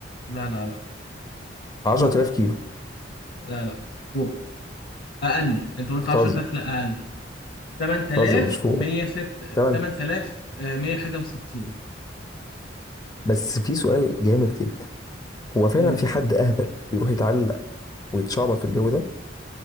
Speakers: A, on the left; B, on the left.
A: لا لا لا
B: 10000
A: فوق
B: كيلو
A: لا لا فوق اقل انت قلت
B: بتهزر
A: 10000 لا اقل 8106
B: بتهزر مش فوق تمام
A: 8100 حاجه و60
B: بس في سؤال جامد جدا هو فعلا
A: امم
B: في حد اهبل بيروح يتعلق ويتشعبط في الجو ده